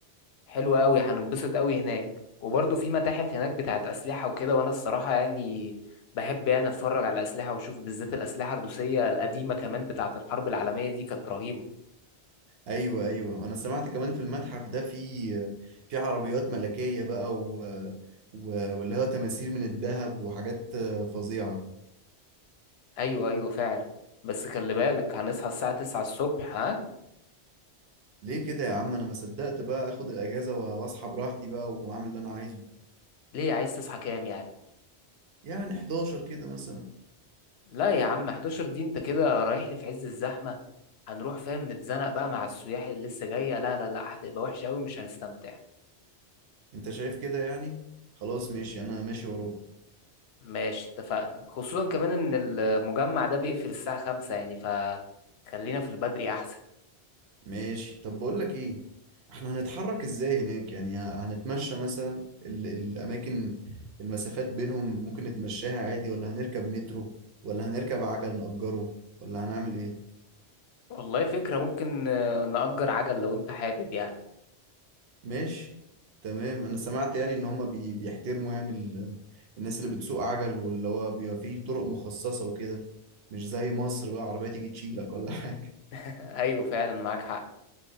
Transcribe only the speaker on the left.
حلو قوي هننبسط قوي هناك وبرضه في متاحف هناك بتاعت أسلحة وكده وانا الصراحة يعني بحب يعني اتفرج على الأسلحة واشوف بالذات الأسلحة الروسية القديمة كمان بتاعت الحرب العالمية دي كانت رهيبة
ايوه ايوه فعلا بس خلي بالك هنصحى الساعة 9 الصبح ها
ليه عايز تصحى كام يعني
لا يا عم 11 دي انت كده رايح لي في عز الزحمة هنروح فاهم نتزنق بقى مع السياح اللي لسه جاية لا لا لا هتبقى وحشة قوي مش هنستمتع
ماشي اتفقنا خصوصا كمان ان المجمع ده بيقفل الساعة خمسة يعني فخلينا في البدري احسن
والله فكرة ممكن آه، نأجر عجل لو انت حابب يعني
<laughs> ايوه فعلا معاك حق